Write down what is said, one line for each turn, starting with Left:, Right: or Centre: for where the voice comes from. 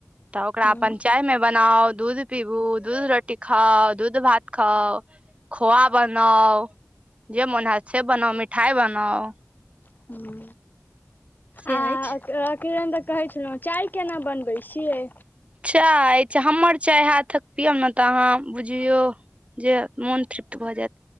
Right: तऽ ओकरा
Left: हूँ
Right: अपन चाय मे बनाउ दूध पीबू दूध रोटी खाउ दूध भात खाउ खोआ बनाउ जे मन हैय छै से बनाउ मिठाइ बनाउ
Left: हूँ
Right: से
Left: आ
Right: अछि
Left: अकेल तऽ कहैत छलहुँ चाय केना बनबैत छियै
Right: चाय हमर चाय हाथक पियब ने तऽ अहाँ बुझियौ जे मोन तृप्त भऽ जायत